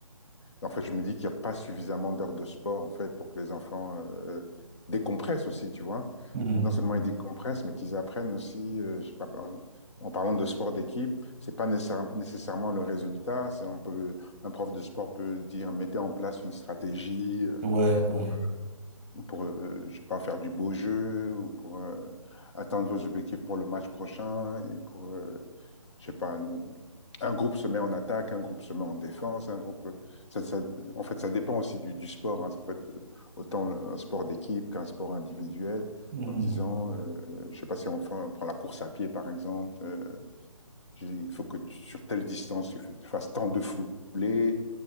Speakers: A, on the left; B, on the right.
A: En fait, je me dis qu'il n'y a pas suffisamment d'heures de sport, en fait, pour que les enfants euh, décompressent aussi, tu vois.
B: mhm.
A: Non seulement ils décompressent, mais qu'ils apprennent aussi, euh, je sais pas, en, en parlant de sport d'équipe, c'est pas nécessaire- nécessairement le résultat. C'est, on peut, un prof de sport peut dire, mettez en place une stratégie euh,
B: Ouais, ouais.
A: pour ou pour, euh, je sais pas, faire du beau jeu, ou pour euh, atteindre vos objectifs pour le match prochain, et pour, euh, je sais pas, un, un groupe se met en attaque, un groupe se met en défense, un groupe, euh, ça, ça- en fait, ça dépend aussi du, du sport, hein. ça peut être euh, autant un sport d'équipe qu'un sport individuel,
B: Mhm,
A: en disant, euh, euh, je sais pas si on, fait- on prend la course à pied, par exemple, euh, il faut que tu- sur telle distance, tu fasses tant de foulées,